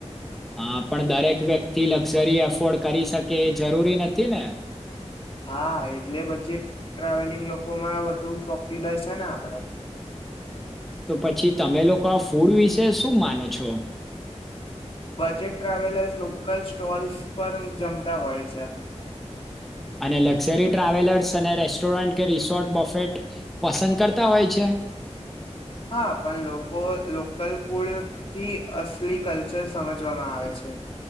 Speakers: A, in the centre; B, on the left.
A: હા પણ દરેક વ્યક્તિ લક્ઝરી એફોર્ડ કરી શકે એ જરૂરી નથી ને.
B: હા એટલે બજેટ ટ્રાવેલિંગ લોકોમાં વધુ પ્રોપ્યલાય છે ને આપણેે.
A: તો પછી તમે લોકો આ ફૂડ વિશે શું માનો છો?
B: બજેટ ટ્રાવેલર્સ લોકલ સ્ટોલ્સ પર જમતા હોય છે.
A: અને લક્ઝરી ટ્રાવેલર્સ અને રેસ્ટોરન્ટ કે રિસોર્ટ બફેટ પસંદ કરતા હોય છે.
B: હા પણ લોકો લોકલ ફૂડ થી અસલી કલ્ચર સમજવામાં આવે છે.